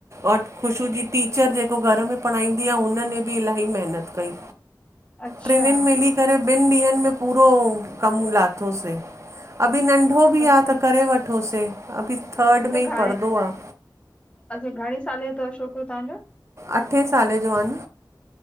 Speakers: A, on the right; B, on the left.
A: और ख़ुशू जी टीचर जेको घर में पढ़ाईंदी आहे हुने बि इलाही महिनत कई।
B: अच्छा
A: टनिन मिली करे ॿिनि ॾींहनि में पूरो कम लाथोसीं अभी नंढो बि
B: अच्छा
A: आहे त करे वठोसीं अभी थर्ड
B: त
A: में
B: घणे
A: ई पढ़दो आहे।
B: अच्छा घणे साले जो छोकिर तव्हांजो?
A: अठे साले जो आहे।